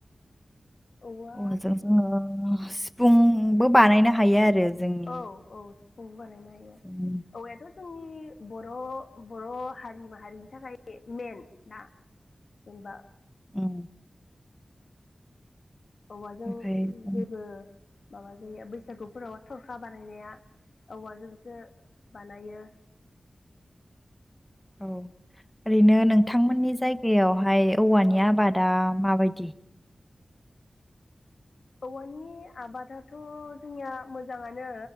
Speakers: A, on the left; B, in the centre.
A: औवा
B: औवाजों जोङो सिफुंबो बानायनो हायो आरो। जोंनि
A: औ औ सिफुंबो बानायनो हायो
B: जोंनि
A: औवायाथ जोंनि बर' बर' हारि माहारिनि थाखाय मेन दा जेनेबा
B: उम
A: औवाजों
B: ओमफ्राय जों
A: जेबो माबा जायो बैसागुफोराव थरखा बानायनाया औवाजोंसो बानायो
B: औ ओरैनो
A: आरो
B: नोंथांमोननि जायगायावहाय औवानि आबाद आबादा माबायदि
A: औवानि आबादाथ' जोंनिया मोजांङानो